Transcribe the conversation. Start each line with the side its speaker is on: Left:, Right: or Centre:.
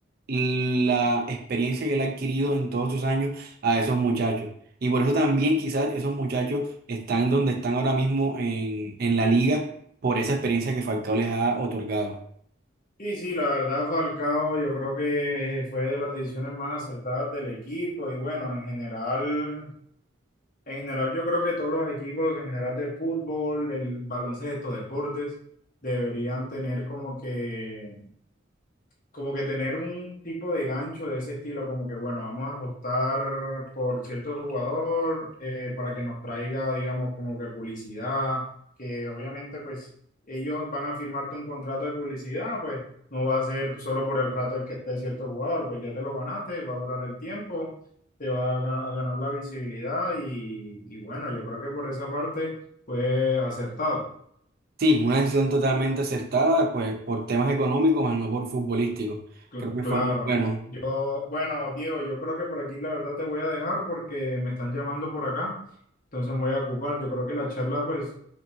Right: la experiencia que él ha adquirido en todos sus años a esos muchachos. Y por eso también quizás esos muchachos están donde están ahora mismo en, en la liga por esa experiencia que Falcao les ha otorgado.
Left: Sí, sí, la verdad, Falcao, yo creo que fue de las decisiones más acertadas del equipo y bueno, en general, en general yo creo que todos los equipos en general de fútbol, el baloncesto, deportes, deberían tener como que como que tener un tipo de gancho de ese estilo, como que bueno, vamos a apostar por cierto jugador eh, para que nos traiga, digamos, como que publicidad, que obviamente pues ellos van a firmarte un contrato de publicidad, pues no va a ser solo por el rato el que esté cierto jugador, pues ya te lo ganaste, va a durar el tiempo, te va a, ga- a ganar la visibilidad y, y bueno, yo creo que por esa parte fue acertado.
Right: Sí, una decisión totalmente acertada, pues por temas económicos, más no por futbolísticos.
Left: Cl-
Right: Creo que
Left: Claro.
Right: fue muy bueno.
Left: Yo, bueno, Diego, yo creo que por aquí la verdad te voy a dejar porque me están llamando por acá, entonces me voy a ocupar. Yo creo que la charla, pues,